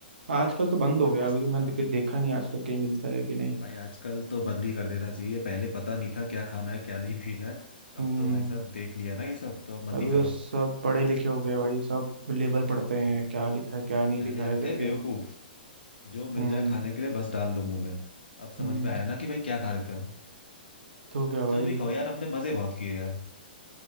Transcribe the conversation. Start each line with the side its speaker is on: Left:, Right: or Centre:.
Right: आजकल तो बंद हो
Left: बट
Right: गया
Left: मस्त
Right: अभी तो मैंने
Left: था
Right: देखे- देखा नहीं आजकल कहीं मिलता है कि नहीं
Left: भाई आजकल तो बंद ही कर देना चाहिए पहले पता नहीं था क्या खाना है क्या नहीं पीना है अब
Right: हम्म
Left: तो भाई साहब देख लिया ना ये सब तो अब मत
Right: अभी
Left: ही करो
Right: तो सब पढ़े लिखे हो गए भाई सब लेबल पढ़ते हैं
Left: हम्म
Right: क्या लिखा है क्या नहीं
Left: पहले
Right: लिखा
Left: हम
Right: है करके
Left: थे बेवकूफ जो मिल
Right: हम्म
Left: जाए खाने के लिए बस डाल लो मुंह में अब
Right: हम्म
Left: समझ में आया ना कि भाई क्या खा रहे थे हम
Right: तो
Left: बट
Right: क्या भाई
Left: जो भी कहो यार हमने मजे बहुत किए यार